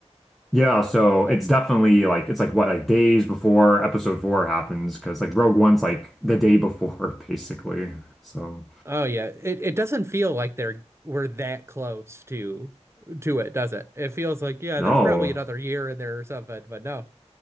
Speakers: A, in the centre; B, on the right (about 20°).
A: yeah so
B: Oh,
A: it's definitely like it's like what like days before episode four happens because like rogue one's like the day <laughs> before basically so
B: oh yeah. It it doesn't feel like they're we're that close to to it, does it? It feels like yeah,
A: no
B: there's probably another year in there or something, but no,